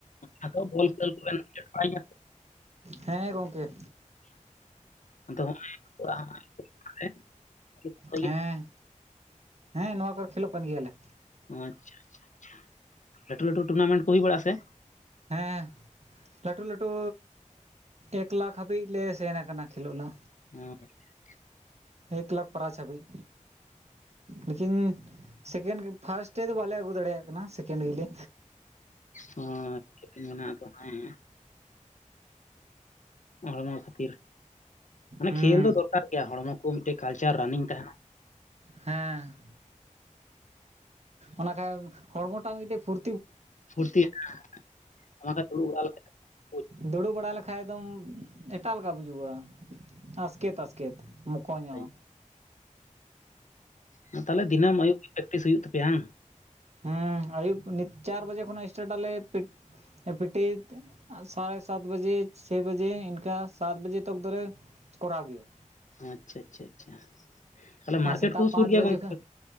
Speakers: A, on the left; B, on the right.
A: ᱟᱫᱚ ᱵᱚᱞ ᱠᱷᱹᱞ ᱠᱚ ᱵᱮᱱ <unintelligible>
B: ᱦᱮᱸ ᱜᱚᱢᱠᱮ
A: <unintelligible>
B: ᱦᱮᱸ ᱦᱮᱸ ᱱᱚᱣᱟ ᱠᱚᱨᱮ ᱠᱷᱮᱞᱳᱜ ᱠᱟᱱ ᱜᱮᱭᱟᱞᱮ᱾
A: ᱚᱻ ᱟᱪᱪᱷᱟ ᱟᱪᱪᱷᱟ ᱟ ᱟᱪᱪᱷᱟ ᱞᱟᱹᱴᱩ ᱞᱟᱹᱴᱩ ᱴᱩᱨᱱᱟᱢᱮᱱᱴ ᱠᱚ ᱦᱩᱭ ᱵᱟᱲᱟᱜ ᱟ ᱥᱮ
B: ᱦᱮᱸ ᱞᱟᱹᱴᱩ ᱞᱟᱹᱴᱩ ᱮᱠ ᱞᱟᱠᱷ ᱦᱟᱹᱵᱤᱡ ᱞᱮ ᱥᱮᱱ ᱠᱟᱱᱟ ᱠᱷᱮᱞᱳᱜ <unintelligible>
A: ᱦ <unintelligible>
B: ᱮᱠ ᱞᱟᱠᱷ ᱯᱨᱟᱪ ᱦᱟᱹᱵᱤᱜ ᱞᱮᱠᱤᱱ ᱥᱮᱠᱮᱱᱰ ᱯᱷᱟᱥᱴ ᱛᱮᱫᱚ ᱵᱟᱞᱮ ᱟᱹᱜᱩ ᱫᱟᱲᱮᱭᱟ ᱠᱟᱱᱟ ᱥᱮᱠᱮᱱᱰ ᱜᱮᱞᱮ
A: ᱦᱮᱸ <unintelligible> ᱢᱮᱱᱟᱜ ᱟ ᱛᱚ ᱦᱮᱸ <unintelligible> ᱦᱚᱲᱢᱚ ᱠᱷᱟᱹᱛᱤᱨ ᱢᱟᱱᱮ
B: ᱦᱮᱸ
A: ᱠᱷᱹᱮᱞ ᱫᱚ ᱫᱚᱨᱠᱟᱨ ᱜᱮᱭᱟ ᱦᱚᱲᱢᱚ ᱠᱚ ᱢᱤᱫᱴᱮᱡ ᱠᱟᱞᱪᱟᱨ ᱨᱟᱱᱤᱝ ᱛᱟᱦᱮᱱᱟ
B: ᱦᱮᱸ ᱚᱱᱟ ᱠᱷᱟᱡ ᱮᱢ ᱦᱚᱲᱢᱚᱴᱟᱜ ᱢᱤᱫᱴᱮᱱ ᱯᱷᱩᱨ
A: ᱯᱷᱩᱨᱛᱤ <unintelligible> ᱠᱚ ᱫᱩᱲᱩᱵ ᱵᱟᱲᱟ ᱞᱮᱠᱷᱟᱡ ᱵᱩᱡᱽ
B: ᱫᱩᱲᱩᱵ ᱵᱟᱲᱟ ᱞᱮᱠᱷᱟᱡ ᱫᱚᱢ ᱮᱴᱟᱜ ᱞᱮᱠᱟ ᱵᱩᱡᱩᱜ-ᱟ ᱟᱥᱠᱮᱛ, ᱟᱥᱠᱮᱛ, ᱢᱚᱠᱚᱧᱚᱜ
A: ᱠᱮᱫᱟᱹᱧ᱾ ᱦᱮᱸ ᱛᱟᱦᱚᱞᱮ ᱫᱤᱱᱟᱹᱢ ᱟᱹᱭᱩᱵ ᱯᱮᱠᱴᱤᱥ ᱦᱩᱭᱩᱜ ᱛᱟᱯᱮᱭᱟ ᱦᱟᱝ
B: ᱦᱮᱸ ᱟᱹᱭᱩᱵ ᱱᱤᱛ ᱪᱟᱨ ᱵᱟᱡᱮ ᱠᱷᱚᱱᱟᱜ ᱥᱴᱟᱴ ᱟᱞᱮ ᱯᱤᱴ ᱯᱤᱴᱤ ᱛᱮ ᱥᱟᱲᱮ ᱥᱟᱛ ᱵᱟᱡᱮ ᱪᱷᱚᱭ ᱵᱟᱡᱮ ᱤᱱᱠᱟᱹ ᱥᱟᱛ ᱵᱟᱡᱮ ᱛᱚᱠ ᱫᱚᱞᱮ ᱠᱚᱨᱟᱣ ᱜᱮᱭᱟ᱾
A: ᱟᱪᱪᱷᱟ ᱟᱪᱪᱷᱟ ᱟᱪᱪᱷᱟ ᱛᱟᱦᱮ
B: ᱟᱨ
A: ᱢᱟᱨᱠᱮᱴ
B: ᱥᱮᱛᱟᱜ
A: ᱠᱚᱦᱚᱸ
B: ᱯᱟᱸᱪ
A: ᱥᱩᱨ ᱜᱮᱭᱟ
B: ᱵᱟᱡᱮ
A: ᱜᱚᱝᱠᱮ
B: ᱠᱷᱚᱱ